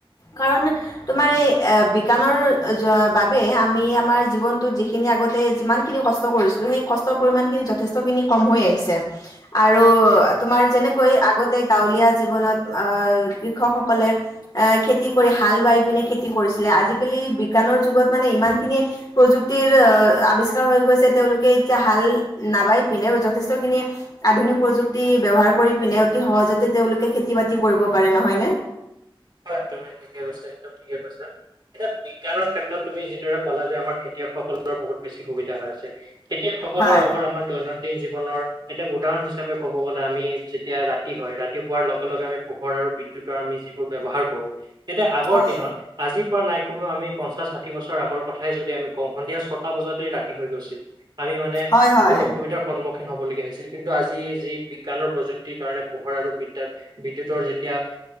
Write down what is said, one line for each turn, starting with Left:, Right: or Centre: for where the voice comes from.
Left: কাৰণ তোমাৰ এই আ, বিজ্ঞানৰ জুৱা বাবে আমি আমাৰ জীৱনটো যিখিনি আগতে যিমান খিনি কষ্ট কৰিছো হেই কষ্ট পৰিমাণ খিনি যথেষ্ট খিনী কম হৈ আহিছে আৰু তোমাৰ যেনেকৈ আগতে গাঁৱলীয়া জীৱনত আ, কৃষকসকলে আ, খেতি কৰি হাল বাই পিনে খেতি কৰিছে। আজিকালি বিজ্ঞানৰ যুগত মানে ইমান খিনি প্ৰযুক্তিৰ আ, আৱিষ্কাৰ হৈ গৈছে তেওঁলোক এতিয়া হাল নাবাই পিনে যথেষ্ট খিনি, আধুনিক প্ৰযুক্তি ব্যৱহাৰ কৰি পিনে অতি স সহজতে তেওঁলোকে খেতি বাতি কৰিব পাৰে নহয় নে?
Right: হয় তুমি ঠিকে কৈছ একদম ঠিকে কৈছা, এতিয়া বিজ্ঞানৰ ক্ষেত্ৰত তুমি যিদৰে কলা যে আমাৰ খেতি খেতিয়ক সকলৰ বহুত বেছি সুবিধা হৈ আছে, খেতিয়কসকলৰ
Left: হয়
Right: লগত আমাৰ দৈনন্দি দৈনন্দিন জীৱনৰ এটা উদাহৰণ হিচাপে ক'ব গ'লে আমি যেতিয়া ৰাতি হয়, ৰাতি হোৱাৰ লগে লগে আমি পোহৰ আৰু দুটা আমি যিবোৰ ব্যৱহাৰ কৰো তেতিয়া আগৰ
Left: হয়
Right: দিনত আজি আজিৰ পৰা নাই কমও আমি পঞ্চাশ, ষাঠি বছৰ আগৰ কথাই যদি আমি কওঁ, সন্ধিয়া ছটা বজাততেৰি ৰাতি হৈ গৈছিল। আমি মানে
Left: হয়, হয়।
Right: বহুত অসুবিধাৰ সন্মুখ খিন হ'বলগীয়া হৈছিল, কিন্তু আজি যি বিজ্ঞানৰ প্ৰযুক্তিৰ কাৰণে পোহৰ আৰু বিদ্যাৰ বিদ্যুতৰ যেতিয়া অ